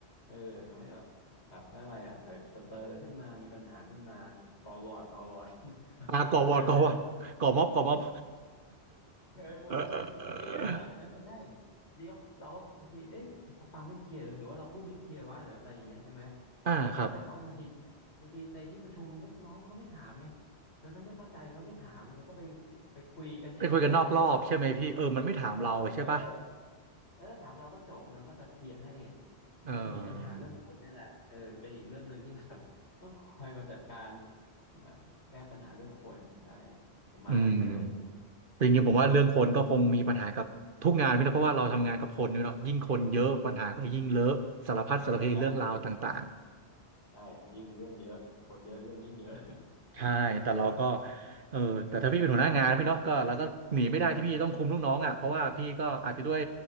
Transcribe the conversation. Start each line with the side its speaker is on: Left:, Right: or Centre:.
Left: เออทำให้แบบแบบอะไรอ่ะไปสเตอร์ขึ้นมามีปัญหาขึ้นมาก่อวอร์ดก่อวอร์ด <laughs>
Right: อ่าก่อวอร์ดก่อวอร์ดก่อม็อบก่อม็อบ
Left: ประมาณนั้น เออแบบว่าดีนะแบบเออใช่
Right: <laughs>
Left: ดีก็เราก็บางทีเอ๊ะมันก็ฟังไม่เคลียร์หรือหรือว่าเราพูดไม่เคลียร์วะหรืออะไรอย่างเงี้ยใช่ไหม
Right: อ่าครับ
Left: อืมแต่เขาบางทีบางทีในที่ประชุมลูกน้องมันก็ไม่ถามไงแล้วถ้าไม่เข้าใจมันก็ไม่ถามแล้วมันก็ไปไปคุยกันเองข้างหลังแล้วแบบ
Right: ไปคุยกันนอกรอบใช่ไหมพี่เออมันไม่ถามเราใช่ปะ
Left: นอกรอบเออเออถามเราก็จบเราก็จะเคลียร์ให้อ่ะมันก็จะมีปัญหาเรื่องคนนี่แหละเออเป็นอีกเรื่องหนึ่งที่แบบ
Right: เออ
Left: <laughs> ต้องคอยมาจัดการมาแก้ปัญหาเรื่องคนใช่ประมาณนั้นเลย
Right: อืมจริงๆผมว่าเรื่องคนก็คงมีปัญหากับทุกงานพี่นะเพราะว่าเราทำงานกับคนนี่เนาะยิ่งคนเยอะปัญหาก็ยิ่งเลอะสารพัดสารเพเรื่องราวต่างๆ
Left: ใช่ ใช่ยิ่งเรื่องเยอะคนเยอะเรื่องยิ่งเยอะ <laughs>
Right: ใช่แต่เราก็
Left: ใครแบบ
Right: เออแต่ถ้าพี่เป็นหัวหน้างานพี่เนาะก็เราก็หนีไม่ได้ที่พี่ต้องคุมลูกน้องอ่ะเพราะว่าพี่ก็อาจจะด้วย
Left: อืม